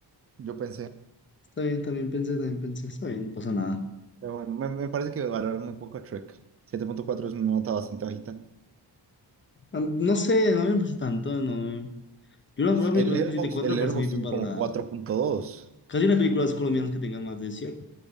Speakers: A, on the right (about 35°); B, on the left (about 30°).
A: yo pensé.
B: Está bien, también pensé, también pensé. Está bien, no pasa nada.
A: Pero bueno, me, me parece que valoran muy poco a Trek. Siete punto cuatro es una nota bastante bajita.
B: Ah, No sé, no me parece tanto. No me- Yo una, una película
A: El Airbox,
B: con 7.4
A: el
B: me
A: Letterboxd
B: parece muy bien
A: tiene
B: valorada.
A: como cuatro punto dos.
B: Casi las películas colombianas que tengan más de 7,